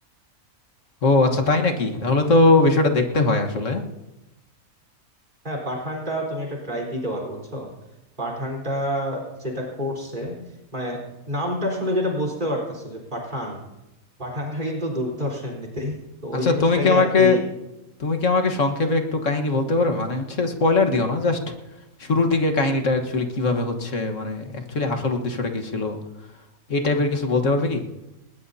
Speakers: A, on the left; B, on the right.
A: ও আচ্ছা তাই নাকি তাহলে তো বিষয়টা দেখতে হয় আসলে
B: হ্যাঁ পাঠানটা তুমি একটা ট্রাই দিতে পারো বুঝছো পাঠানটা যেটা করছে মানে নামটা শুনে যেটা বুঝতে পারতেছো যে পাঠান পাঠানটা কিন্তু দুর্ধর্ষ এমনিতেই তো
A: আচ্ছা
B: ওই জিনিসটাকে
A: তুমি কি আমাকে
B: আর কি
A: তুমি কি আমাকে সংক্ষেপে একটু কাহিনী বলতে পারবে মানে হচ্ছে স্পয়লার দিও না জাস্ট শুরুর দিকে কাহিনীটা অ্যাকচুয়ালি কিভাবে হচ্ছে মানে অ্যাকচুয়ালি আসল উদ্দেশ্যটা কি ছিল এই টাইপের কিছু বলতে পারবে কি